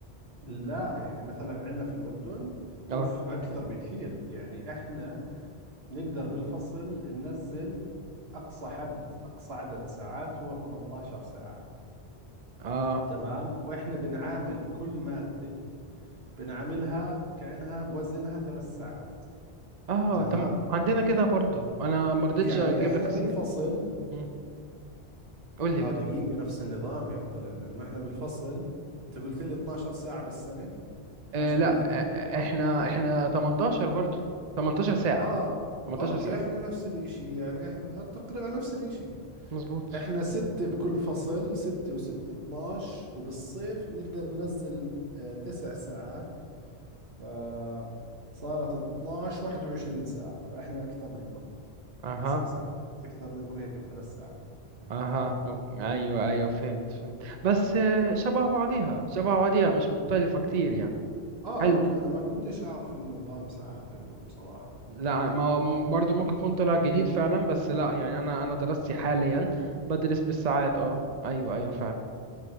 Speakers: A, on the right; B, on the right.
A: لا يعني مثلا عندنا في الأردن
B: اه
A: أوف أكثر بكثير يعني إحنا نقدر بالفصل ننزل أقصى حد أقصى عدد ساعات هو 18 ساعة
B: اه
A: تمام وإحنا بنعامل كل مادة بنعاملها كأنها وزنها ثلاث ساعات
B: اه
A: تمام
B: طب عندنا كده برضو انا ما رضيتش
A: يعني
B: اجيب
A: إحنا
B: لك السيره
A: بالفصل
B: مم. قول لي
A: اه
B: قول
A: دقيقة
B: لي
A: نفس النظام هيك طلع لأنه إحنا بالفصل أنت قلت لي 12 ساعة بالسنة
B: آه
A: 12
B: لا
A: مادة
B: آه احنا احنا 18 برضو 18 ساعه
A: آه
B: 18
A: أوكي
B: ساعه
A: إحنا نفس الإشي يعني إحنا تقريبا نفس الإشي
B: مظبوط
A: إحنا ستة بكل فصل ستة وستة 12 وبالصيف بنقدر ننزل آه تسع ساعات فصارت 12 21 ساعة فإحنا أكثر منكم
B: اها
A: تسع ساعات أكثر منكم هيك بثلاث ساعات
B: اها أوكي. ايوه ايوه فهمت فهمت بس آه، شبه بعضيها شبه بعضيها مش مختلفه كتير يعني
A: آه
B: حلو
A: أوكي أنا ما كنتش أعرف إنه نظام ساعات عندكم صراحة
B: لا ما هو م- برضو ممكن يكون طلع جديد فعلا بس لا يعني انا انا دراستي حاليا بدرس بالساعات اه ايوه ايوه فعلا